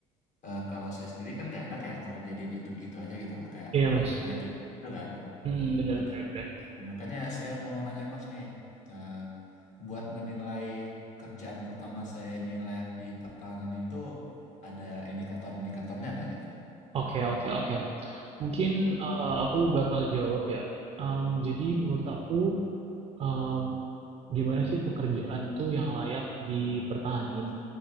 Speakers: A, on the left; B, on the right.
A: eh, kalau saya sendiri kan nggak enak ya kalau jadiin itu gitu aja gitu loh, kayak
B: Iya Mas.
A: pindah-pindah gitu kan.
B: Hmm, benar
A: Nah,
B: benar
A: tapi-
B: benar.
A: makanya saya mau nanya Mas nih, eh, buat menilai kerjaan pertama saya ini layak di pertahanan itu ada indikator-indikatornya nggak gitu loh?
B: Oke oke oke. Mungkin eh, aku bakal jawab ya. Em, jadi menurut aku em, gimana sih pekerjaan tuh yang layak dipertahanin?